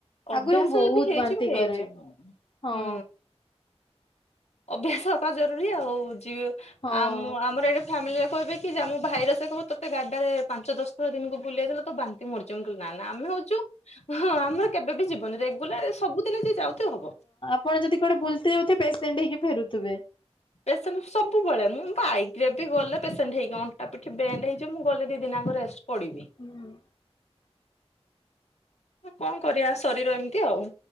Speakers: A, on the left (about 80°); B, on the left (about 50°).
A: ଅଭ୍ୟାସ
B: ଆଗରୁ ମୁଁ
A: ଯଦି
B: ବହୁତ
A: ହେଇଯିବ
B: ବାନ୍ତି
A: ହେଇଯିବ।
B: କରେ ହଁ।
A: ହୁଁ ଅଭ୍ୟାସ ହେବା ଜରୁରୀ ଆଉ ଯ
B: ହଁ
A: ଆମ ଆମର ଏଟି ଫାମିଲି କହିବେ କି ଯେ ଆମ ଭାଇର ସେ କବ ତତ ଗାଡ ାରେ ପାଞ୍ଚ ଦଶଥ ଦିନକୁ ବୁଲେଇଥିଲା ତ ବା ମରିଜୁ କ ନା ନା ଆମେ ହଉଛୁ ହଁ ଆମର କେବେ ବି ଯିବନି ରେଗୁଲାର ସବୁଦିନ ଯଏ ଯାଉଥ ହବ।
B: ଆପଣଦ କୁଆେୁଲଲି ଯଉଥେଣ୍ଟ ହେକି ଫେରୁଥିବେ
A: ପେସେଣ୍ଟ ସବୁବେଳେ ମୁଁ ବାଇକରେ ବି ଗଲେ ପେସେଣ୍ଟ ହେଇଗି ଅଣ୍ଟା ପିଠି ବେଣ୍ଡ ହେଇଯିବ ମୁଁ ଗଲେ ଦି ଦିନ ରେ। ପଡ଼ିବି।
B: ହୁଁ।
A: କଣ କରିବା ଶରୀର ଏମିତି ଆଉ।